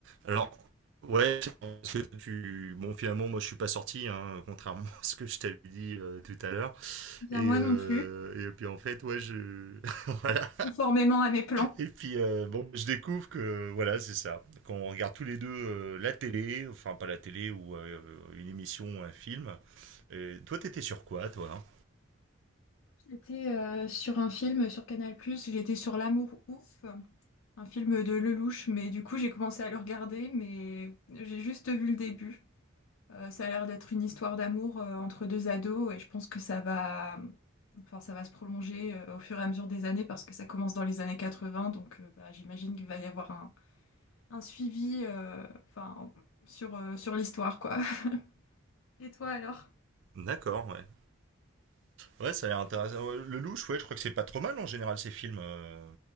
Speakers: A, on the right; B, on the left.
A: Alors, ouais, parce que tu... Bon, finalement, moi, je suis pas sorti, hein, contrairement <laughs> à ce que je t'avais dit euh, tout à l'heure.
B: Bien,
A: Et,
B: moi
A: euh,
B: non plus,
A: et puis, en fait, ouais, je... <laughs> voilà.
B: <laughs> conformément à mes plans.
A: Et puis, euh, bon, je découvre que, voilà, c'est ça. Quand on regarde tous les deux euh, la télé, enfin, pas la télé, ou euh, une émission, un film. Et toi, t'étais sur quoi, toi hein
B: J'étais euh, sur un film sur Canal+, j'étais sur L'amour ouf, un film de Lelouch, mais du coup j'ai commencé à le regarder, mais j'ai juste vu le début. Euh, ça a l'air d'être une histoire d'amour euh, entre deux ados et je pense que ça va, enfin, ça va se prolonger euh, au fur et à mesure des années parce que ça commence dans les années 80, donc euh, bah, j'imagine qu'il va y avoir un, un suivi euh, enfin, sur, euh, sur l'histoire, quoi. <laughs> Et toi alors?
A: D'accord, ouais. Ouais, ça a l'air intéressant. Ouais, Le louche, ouais, je crois que c'est pas trop mal en général ces films. euh,